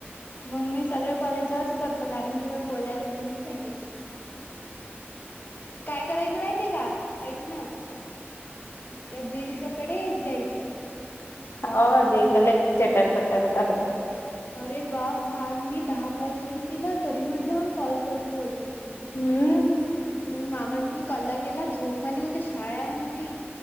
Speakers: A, on the left; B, on the left.
A: मग मी सगळे कॉल येच्यावरच करतो. कारण की, मग बोलायला कोणीच नाहीये. काय करायचं माहितेयं का? ऐक ना. त्या देविकाकडे द्यायचं.
B: हो देविका लयी चटर पटर करते.
A: अरे बाप! काल मी दहा कॉल केली तिला, तरी म्हणते मला कॉल कर तू अजून.
B: हुं.
A: मग मामांनी तिली कल्ला केेला, झोप म्हणे उद्या शा ळा हाय म्हणे तुई,